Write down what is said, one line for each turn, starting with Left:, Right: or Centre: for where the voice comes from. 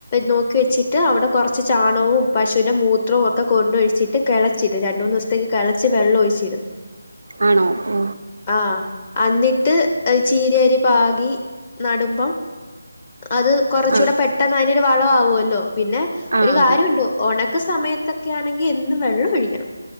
Left: നോക്കി വെച്ചിട്ട് അവിടെ കൊർച്ച് ചാണവും പശുവിന്റെ മൂ ത്രവും ഒക്കെ കൊണ്ടൊഴിച്ചിട്ട് കെളച്ചിടും. രണ്ട്, മൂന്നൂസ്ത്തേക്ക് കെളച്ച് വെള്ളം ഒഴിച്ചിടും.
Right: ആണോ ഓ
Left: ആഹ് അന്നിട്ട് ചീരരി പാകി നടുമ്പം അത് കൊറച്ചൂടെ
Right: ആഹ്
Left: പെട്ടെന്ന് അയ്നൊരു വള ആവുല്ലോ. പിന്നെ
Right: ആഹ്
Left: ഒരു
Right: ആകും
Left: കാര്യോണ്ട്. ഒണക്ക സമയ ത്തക്കെ ആണെങ്കി എന്നും വെള്ളം ഒഴിക്കണം.